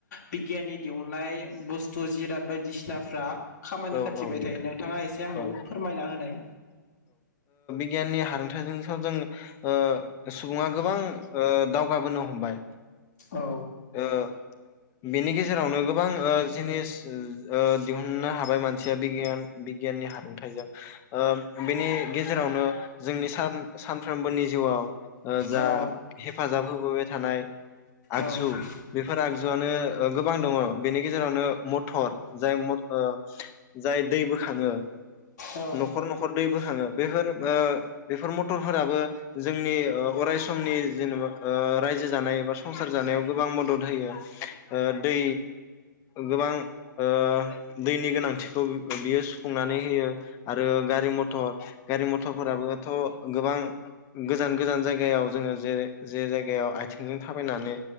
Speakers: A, on the left; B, on the left.
A: बिगियाननि दिहुननाय बुस ज जिराद बायदिसिनाफ्रा खामानि
B: ओ, औ
A: खाथिबाय
B: औ नोंथां
A: थायो नोंथाङा एसे आंनाव
B: औ
A: फोरमायना होनाय
B: गियाननि हारोंथाइजोंथ जों ओ सुबुङा गोबां ओ दावगाबोनो हमबाय
A: औ
B: ओ बेनि गेजेरावनो गोबां ओ जिनिस ओ दिहुन मोननो हाबाय मानसिया बिगियान बिगियाननि हारोंथाइजों ओ बेनि गे जेरावनो जोंनि सान-सानफ्रोमबोनि जिउआव ओ जा
A: औ
B: हेफाजाब होबोबाय थानाय आगजु
A: औ
B: फोरा आगजुआनो गोबां दङ बेनि गेजेरावनो मथर जाय मथ ओ जाय दै बोखाङो
A: औ
B: नखर नखर दै बोखाङो बेफोर ओ बेफोर मटर फोराबो जोंनि ओ अराय समनि जेनेबा ओ रायजो जानाय एबा संसार जानायाव गोबां मदद होयो ओ दै गोबां ओ दैनि गोनांथिखौ बियो सुफुंनानै होयो आरो गारि मथर गारि मथरफोराबोथ गोबां गोजान गोजान जायगायाव जोङो जे जे जायगायाव आथिंजों थाबायनानै